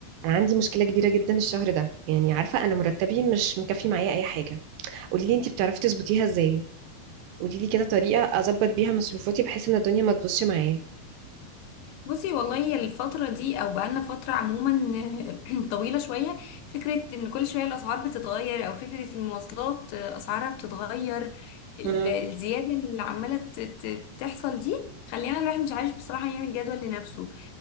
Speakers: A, on the right (about 80°); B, on the left (about 85°).
A: انا عندي مشكله كبيره جدا الشهر ده يعني عارفه انا مرتبي مش مكفي معايا اي حاجه قولي لي انت بتعرفي تظبطيها ازاي قولي لي كده طريقه اظبط بيها مصروفاتي بحيث ان الدنيا ما تبوظش معايا
B: بصي والله الفترة دي أو بقالنا فترة عموما <clears throat> طويلة شوية فكرة إن كل شوية الأسعار بتتغير أو فكرة المواصلات أسعارها بتتغير ال-
A: امم
B: الزيادة اللي عمالة ت- ت- تحصل دي خلينا الواحد مش عارف بصراحة يعمل جدول لنفسه